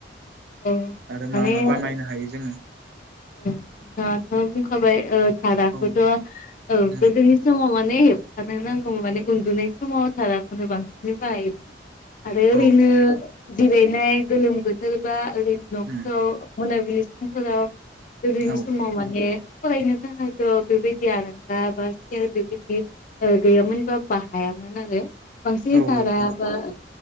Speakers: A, on the left (about 45°); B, on the right (about 60°).
A: औ
B: आरो
A: माने
B: मा मा बानायनो हायो जोङो?
A: औ नोंथाङाथ' बुंखाबाय धाराखौथ'
B: औ
A: औ
B: उम
A: गोदोनि समाव माने मे हेबखानो नांगौमोन माने उन्दुनाय समाव थाराखौनो बांसिनै बाहायोमोन। आरो
B: औ
A: ओरैनो जिरायनाय गोलोम बोथोर बा नद
B: उम
A: <inaudible> मना बिलि समाव गोदोनि
B: औ
A: समाव माने फरायनो थाखायथ बेबायदि आरांगा बा सेर बेबायदि गैयामोन बा बाहायामोन आरो बांसिन
B: औ
A: थाराबा
B: औ